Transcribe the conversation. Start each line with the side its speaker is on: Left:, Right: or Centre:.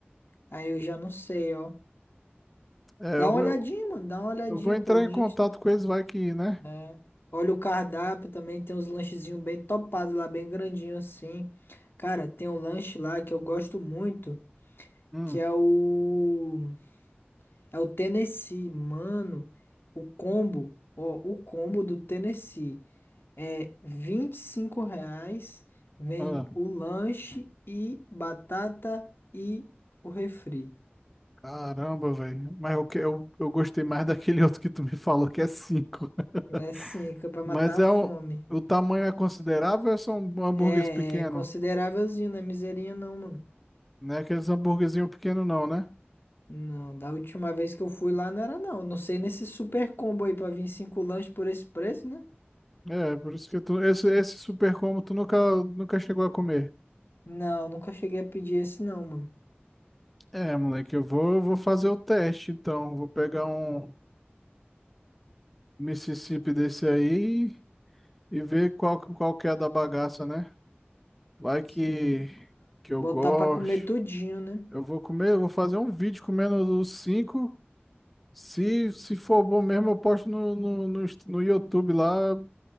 Left: Aí eu já não sei, ó.
Centre: É,
Left: Dá
Centre: eu,
Left: uma olhadinha,
Centre: eu,
Left: mano. Dá uma olhadinha
Centre: eu vou entrar
Left: pelo
Centre: em contato
Left: Insta.
Centre: com eles, vai que, né?
Left: né? Olha o cardápio também. Tem uns lanchezinhos bem topados lá, bem grandinho assim. Cara, tem um lanche lá que eu gosto muito.
Centre: Hum,
Left: Que é o. É o Tennessee, mano. O combo. Ó, o combo do Tennessee. É 25 reais, vem
Centre: ah.
Left: o lanche e batata e o refri.
Centre: Caramba, velho. Mas eu, que- eu, eu gostei mais <laughs> daquele outro que tu me falou, que é 5.
Left: É sim,
Centre: <laughs>
Left: que é pra
Centre: Mas
Left: matar a
Centre: é
Left: fome.
Centre: o, o tamanho é considerável ou é são hambúrgueres
Left: É,
Centre: pequenos?
Left: é considerávelzinho, não é miserinha não, mano.
Centre: Não é aqueles hambúrguerzinho pequeno não, né?
Left: Não, da última vez que eu fui lá não era não. Não sei nesse super combo aí pra vir cinco lanches por esse preço, né?
Centre: É, por isso que tu, esse, esse super combo tu nunca, nunca chegou a comer.
Left: Não, nunca cheguei a pedir esse não, mano.
Centre: É, moleque, eu vou, eu vou fazer o teste, então. Vou pegar um Mississippi desse aí e ver qual, que- qual que é a da bagaça, né? Vai que,
Left: Sim,
Centre: que eu
Left: botar
Centre: gosto.
Left: pra comer tudinho, né?
Centre: Eu vou comer, eu vou fazer um vídeo comendo os cinco Se, se for bom mesmo, eu posto no, no, no, Inst- no YouTube lá,